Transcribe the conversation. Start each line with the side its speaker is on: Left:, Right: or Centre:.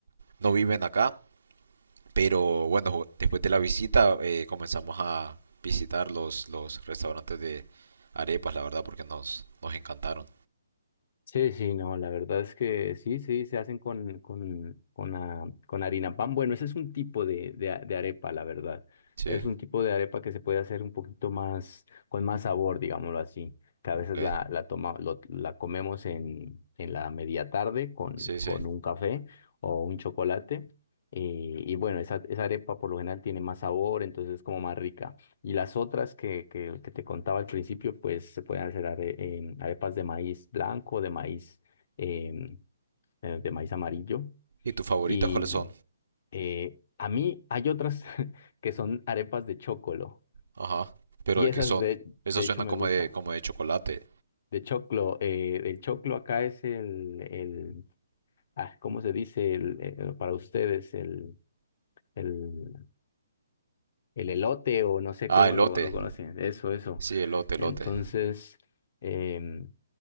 Right: no viven acá, pero bueno, ju- después de la visita eh, comenzamos a visitar los, los restaurantes de arepas, la verdad, porque nos, nos encantaron.
Left: Sí, sí, no, la verdad es que sí, sí, se hacen con, con, con, ah, con harina pan. Bueno, ese es un tipo de, de, a- de arepa, la verdad.
Right: Sí,
Left: Es un tipo de arepa que se puede hacer un poquito más, con más sabor, digámoslo así, que a
Right: ok,
Left: veces la, la, toma, lo- la comemos en, en la media tarde con,
Right: sí, sí.
Left: con un café o un chocolate. Y, y bueno, esa, esa arepa por lo general tiene más sabor, entonces es como más rica. Y las otras que, que, que te contaba al principio, pues se pueden hacer are- em, arepas de maíz blanco, de maíz, em, eh, de maíz amarillo.
Right: ¿Y tus favoritas
Left: Y
Right: cuáles son?
Left: eh, a mí hay otras <laughs> que son arepas de chocolo.
Right: Ajá. ¿Pero
Left: Y
Right: de
Left: esas
Right: qué son?
Left: de, de
Right: Esas
Left: hecho
Right: suenan
Left: me
Right: como
Left: gustan.
Right: de, como de chocolate.
Left: De choclo, eh, el choclo acá es el, el ah, ¿cómo se dice? El, eh, eh, para ustedes, el, el, el elote o no sé
Right: Ah,
Left: cómo
Right: elote.
Left: lo, lo conocen. Eso, eso.
Right: Sí, elote, elote.
Left: Entonces... em,